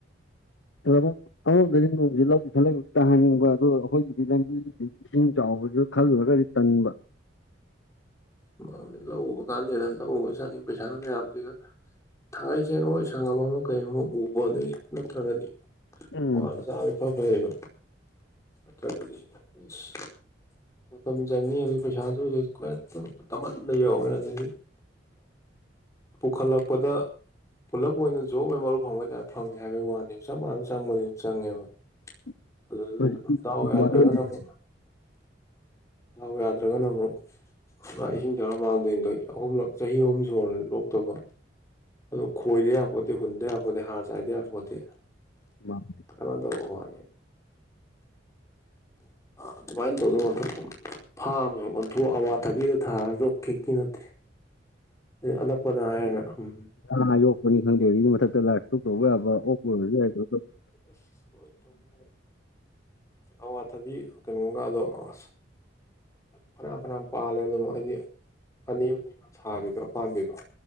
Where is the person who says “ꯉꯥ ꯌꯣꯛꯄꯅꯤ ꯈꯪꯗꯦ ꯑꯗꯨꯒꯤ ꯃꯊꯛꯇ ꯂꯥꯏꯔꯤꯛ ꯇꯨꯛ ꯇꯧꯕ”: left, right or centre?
Left